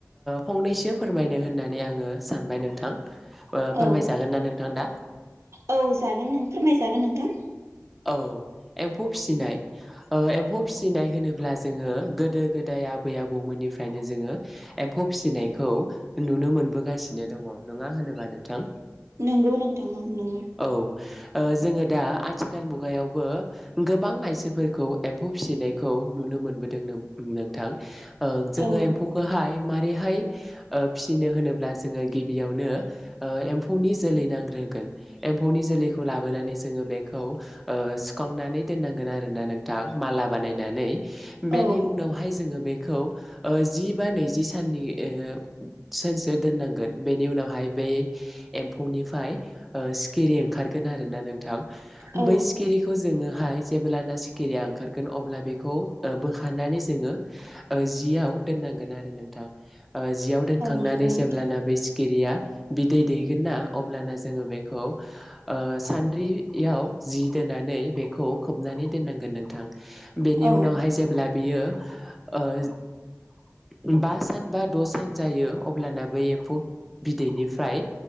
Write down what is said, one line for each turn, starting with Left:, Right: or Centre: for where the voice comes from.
Centre: फंनैसो फोरमायनो होननानै आङो स सानबाय नोंथां फोरमायजागोन
Right: औ
Centre: ना नोंथां दा
Right: औ जागोन नों फोरमायजागोन नोंथां
Centre: औ एम्फौ फिसिनाय ओ एम्फौ फिसिनाय होनोब्ला जोङो गोदो गोदाय आबै आबौमोननिफ्रायनो जोङो एम्फौ फिसिनायखौ नुनो मोनबोगासिनो दङ नङा होनोबा नोंथां
Right: नंगौ नोंथां नं-नंगौ
Centre: औ ओ जोङो दा आथिखाल मुगायावबो गोबां आइजोफोरखौ एम्फौ फिसिनायखौ नुनो मोनबोदों नों-नोंथां ओ
Right: नंगौ।
Centre: जोङो एम्फौखौहाय माबारैहाय ओ फिसिनो होनोब्ला जोङो गिबियावनो ओ एम्फौनि जोलै नांग्रोगोन एम्फौनि जोलैखौ लाबोनानै जोङो बे खौ ओ सुखांनानै दोननांगोन आरोना नोंथां माला बानायनानै
Right: औ
Centre: बेनि
Right: औ
Centre: उनावहाय जोङो बे खौ जि बा नैजि साननि सानसो दोननांगोन बेनि उनावहाय बै एम्फौनिफ्राय सिखिरि ओ ओंखारगोन आरोना नोंथां
Right: औ
Centre: बै सिखिरिखौ जोङो हाय जेब्लाना सिखिरिया ओंखारगोन अब्ला ओ बेखौ बोखारनानै जोङो जियाव दोननांगोन आरो नोंथां जियाव दोनखांनानै
Right: नंगौ नोंथां
Centre: जेब्लाना बे सिखिरिया बिदै दैगोन ना अब्लाना जोङो बेखौ ओ सान्द्रि याव जि दोननानै बेखौ खोबनानै दोननांगोन नोंथां बेनि
Right: औ
Centre: उनावहाय जेब्ला बियो ओ बा सान बा‌ द' सान जायो अब्लाना बै एम्फौ बिदैनिफ्राय